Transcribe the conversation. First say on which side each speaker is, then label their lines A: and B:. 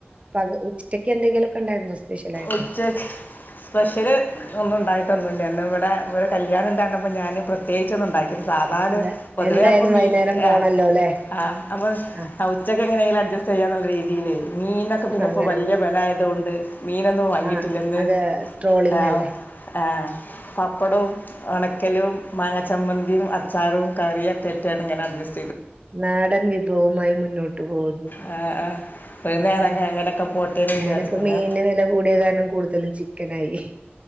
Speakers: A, on the right; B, on the left.
A: പക ഉച്ചക്ക് എന്തെങ്കിലുമൊക്കെ ഉണ്ടായിരുന്നോ സ്പെഷ്യൽ ആയിട്ട്
B: ഉച്ച സ്പെഷ്യൽ ഒന്നും ഉണ്ടായി ട്ടൊന്നുല്ല്യാ.. ഇന്ന് ഇവടെ ഇവടെര് കല്യാണം ഉണ്ട് എന്ന് പറഞ്ഞപ്പം ഞാൻ പ്രേത്യേകിച്ച് ഒന്നും ഉണ്ടാക്കീല്ല. സാധാ
A: അല്ല
B: ല് പൊതുവേ
A: എന്തായാലും
B: ഇപ്പം മീൻ
A: വൈന്നേരം പോണല്ലോല്ലേ
B: ആ ആ അപ്പൊ
A: ആഹ്
B: ഉച്ചക്ക് എങ്ങനെയെങ്കിലും അഡ്ജസ്റ്റ് ചെയ്യാന്നുള്ള രീതിയിൽ മീൻനൊക്കെ പിന്നെ ഇപ്പോ
A: അങ്ങനെ
B: വല്യ
A: പോയി
B: വെല ആയതോണ്ട്. മീനൊന്നും വാങ്ങിയിട്ടില്ല
A: ആഹ്
B: ഇന്ന്..
A: അത് ട്രോളിംഗ്
B: ആഹ്
A: അല്ലേ
B: ആ പപ്പടും ഒണക്കലും മാങ്ങ ചമ്മന്തിം അച്ചാറും കറിയും ഒക്കെ ആയിട്ട് ഇങ്ങനെ അഡ്ജസ്
A: നാടൻ വിഭവുമായി മുന്നോട്ടു പോകുന്നു.
B: ആ, ആ. ഒരു നേരം
A: ഉം
B: അങ്ങ എങ്ങനെക്കെ പോ ട്ടെന്ന്
A: ഞാനിപ്പോ
B: വിചാരിച്ച്.. പിന്നെ
A: മീന് വില കൂടിയ കാരണം കൂടുതലും ചിക്കനായി.